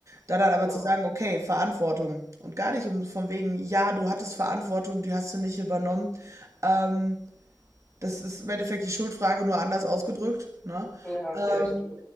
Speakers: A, on the right; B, on the left.
A: Da dann aber
B: genau.
A: zu sagen, okay, Verantwortung und gar nicht um, von wegen, ja, du hattest Verantwortung, die hast du nicht übernommen. Ähm, das ist im Endeffekt die Schuldfrage nur anders ausgedrückt, ne?
B: Ja, okay,
A: Ähm,
B: das stimmt.